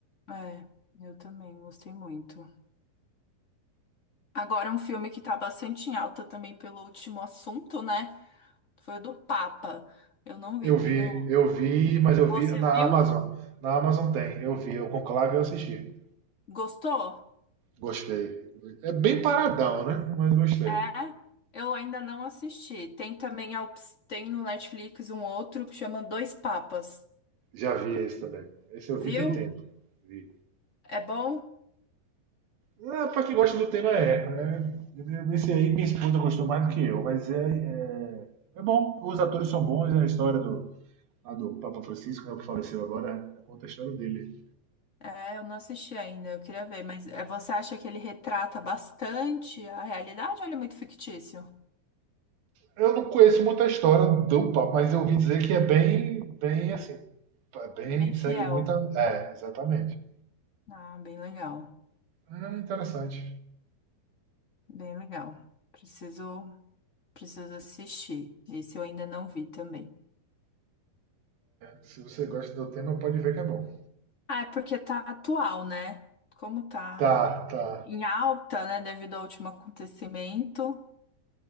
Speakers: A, on the left (about 60°); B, on the right (about 75°).
A: é, eu também gostei muito. Agora um filme que tá bastante em alta também pelo último assunto, né? Foi o do Papa. Eu não vi,
B: Eu
A: tenho.
B: vi, eu vi, mas eu vi
A: Você
B: na
A: viu?
B: Amazon. Na Amazon tem, eu vi, o Conclave eu assisti.
A: Gostou?
B: Gostei. É bem paradão, né? Mas gostei.
A: É? Eu ainda não assisti. Tem também a, op- tem no Netflix um outro que chama Dois Papas.
B: Já vi esse também. Esse eu vi
A: Viu?
B: tem tempo. Vi.
A: É bom?
B: É, pra quem gosta do tema é, né? Esse aí minha esposa gostou mais do que eu, mas é, é, é bom. Os atores são bons, a história do, lá do Papa Francisco, né, que faleceu agora, conta a história dele.
A: É, eu não assisti ainda, eu queria ver, mas é, você acha que ele retrata bastante a realidade ou ele é muito fictício?
B: Eu não conheço muita história do Papa, mas eu ouvi dizer que é bem, bem assim, é bem,
A: Bem
B: segue
A: fiel.
B: muita. É, exatamente.
A: Ah, bem legal.
B: É interessante.
A: Bem legal. Preciso, preciso assistir. Esse eu ainda não vi também.
B: Se você gosta do tema, pode ver que é bom.
A: Ah, é porque tá atual, né? Como tá
B: Tá, tá.
A: em alta, né, devido ao último acontecimento,